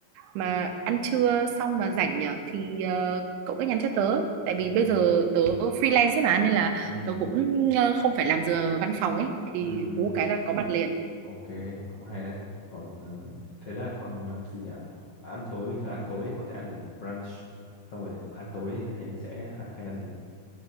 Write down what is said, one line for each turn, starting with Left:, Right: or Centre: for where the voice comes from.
Right: mà ăn trưa xong mà rảnh nhở Thì ờ, cậu cứ nhắn cho tớ Tại vì
Left: ok
Right: bây giờ tớ freelance ấy mà Nên là
Left: ừ
Right: tớ cũng ờ, không phải làm giờ văn phòng ấy Thì
Left: ừ ừ
Right: hú cái là có mặt liền
Left: ok cũng hay đấy còn ờ, thế là còn ờ, gì nhỉ ăn tối bình thường ăn tối thì cậu sẽ ăn gì brunch xong rồi để ăn tối thì hay sẽ ha- hay ăn gì